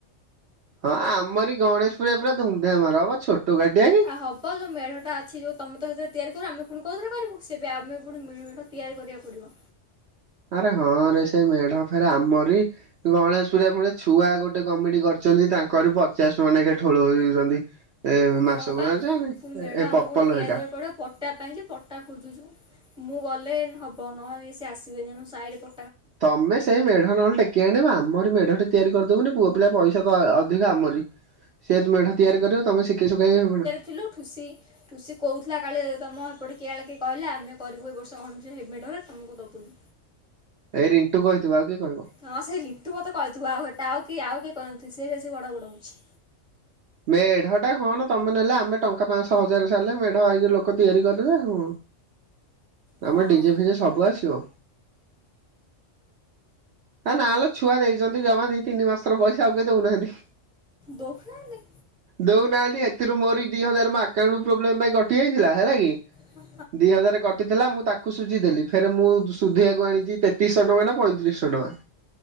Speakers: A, on the right; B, in the centre.
A: ହଁ ଆମରି ଗଣେଶ ପୂଜା ପୁରା ଧୁମଧାମରେ ହବ ଆ ବ ଛୋଟ କାଟିଆ କି!
B: ଆଉ ହବ ଯୋଉ ମେଢଟା ଅଛି ଯୋଉ ତମେ ତ ସେଥିରେ ତିଆରି କରିବ ଆମେ ପୁଣି କଉଥିରେ କରିବୁ ସେବେ ଆମେ ପୁଣି ମେ ମେଢଟା ତିଆରି କରିବାକୁ ପଡ଼ିବ!
A: ଆରେ ହଁରେ ସେ ମେଢ ଫେରେ ଆମରି! ଗଣେଶ ପୂଜା ପୁଳାଇ ଛୁଆ ଗୋଟେ କମିଡି କରିଛନ୍ତି ତାଙ୍କର ପଚାଶ ଟଙ୍କା ନେଖା ଠୁଳ କରୁଛନ୍ତି! ଏ
B: ହଁ
A: ମାସକୁ
B: ପା
A: ଯା ନାଇ
B: ପୁଣି ମେଢ଼
A: ଏ
B: ଆମକୁ
A: ପପଲ
B: ଗୋଟେ ତିଆରି
A: ହେ ଏକା!
B: କରିବାକୁ ପଡ଼ିବ ପଟା ପାଇଁ ଯେ ପଟା ଖୋଜୁଛୁ ମୁଁ ଗଲେ ହବ ନହଲେ ସେ ଆସିବେନିଁ ଆମ ସାହିରେ ପ
A: ତମେ ସେଇ ମେଢ ନହେଲେ ଟେକି ଆଣିବା ଆମରି ମେଢ ଏଠି ତିଆରି କରିଦବୁନି ପୁଅ ପିଲା ପଇସା ତ ଅ ଅଧିକ ଆମରି! ସେ ଜଦି ମେଢ ତିଆରି କରିବ ତମେ ସିଖେଇ ଶୁଖାଇ କି
B: ଥିଲୁ ଖୁସି ଖୁସୀ କହୁଥିଲା କାଲି ତମର ହେପଟେ କିଏ କହିଲା ଆମେ କରିବୁ ଏ ବର୍ଷ ଗଣେଶ ପୂଜା ତମକୁ ଦବୁନି।
A: ଏଇ ରିଣ୍ଟୁ କହିଥିବ ଆଉ କିଏ କହିବ?
B: ହଁ ସେଇ ରିଣ୍ଟୁ ବୋଧେ କହିଥିବ ଆଉ ସେଟା ଆଉ କିଏ ଆଉ କିଏ କହି ନଥିବେ ସେ ବେଶୀ ଭଡ ଭଡ଼ ହଉଛି।
A: ମେଢଟା କଣ ତମେ ନେଲେ ଆମେ ଟଙ୍କା ପାଞ୍ଚଶହ ହଜାର ସାରିଲେ ମେଢ ଆଇକି ଲୋକ ତିଆରି କରିବେ ଆଉ
B: ହଁ
A: ଆମେ ଡିଜେ ଫିଜେ ସବୁ ଆସିବ। ନା ଲୋ ଛୁଆ ଦେଇଛନ୍ତି ଜମା ଦି ତିନି ମାସର ପଇସା ଆଉ କେ ଦଉନାହାନ୍ତି।
B: ଦଉନାହାଁନ୍ତି।
A: ଦଉନାହାନ୍ତି ଏଥିରୁ ମୋର ଦି ହଜାର ମୋ ଆକାଉଣ୍ଟ ପ୍ରୋବ୍ଲେମ ପାଇଁ କଟି ଯାଇଥିଲା ହେଲା କି?
B: ହଁ
A: ଦି ହଜାର କ କଟିଥିଲା ମୁଁ ତାକୁ ସୁଝିଦେଲି ଫେରେ ମୁଁ ଶ ସୁଧିଆକୁ ଆଣିଛି ତେତିଶହ ଟଙ୍କା ନା ପଇଁତିରିଶହ ଟଙ୍କା।